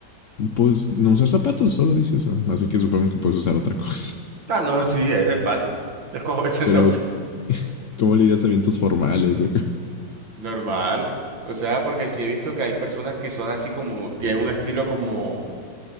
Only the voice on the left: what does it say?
Pues no usar zapatos, solo dice eso. Así que supongo que puedes usar otra cosa.
<laughs>
Pero,
¿cómo le dirías a eventos formales? <laughs>